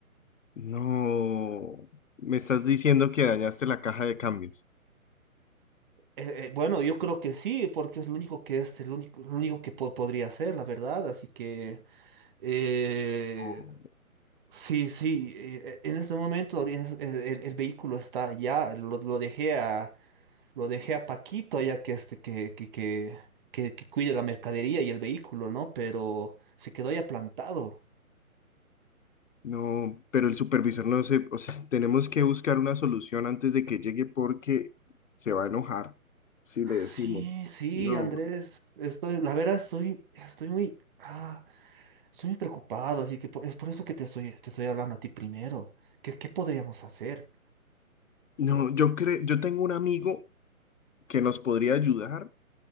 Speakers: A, on the left (about 60°); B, on the right (about 35°).
A: No, me estás diciendo que dañaste la caja de cambios.
B: Eh, eh, bueno, yo creo que sí, porque es lo único que es, lo único, lo único que po- podría hacer, la verdad. Así que eh,
A: Oh.
B: sí, sí. eh, eh, en este momento ahori- es- eh, el, el vehículo está allá. Lo, lo dejé a, lo dejé a Paquito allá que este que, que, que, que, que cuide la mercadería y el vehículo, ¿no? Pero se quedó ya plantado.
A: No, pero el supervisor no se, o sea, tenemos que buscar una solución antes de que llegue porque se va a enojar si le decimos.
B: Sí, sí,
A: No,
B: Andrés. Estoy, la verdad, estoy, estoy muy. ah, Estoy muy preocupado, así que por- es por eso que te estoy, te estoy hablando a ti primero. ¿Qué, qué podríamos hacer?
A: no, yo creo, yo tengo un amigo que nos podría ayudar